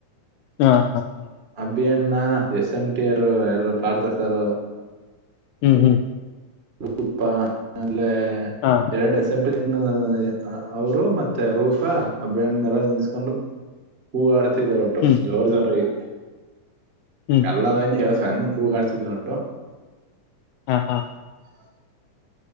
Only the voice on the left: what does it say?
ಹಾ ಹಾ ಹಾ
ಹ್ಮ್ ಹ್ಮ್
ಹಾ
ಹ್ಮ್
ಹ್ಮ್
ಹಾ ಹಾ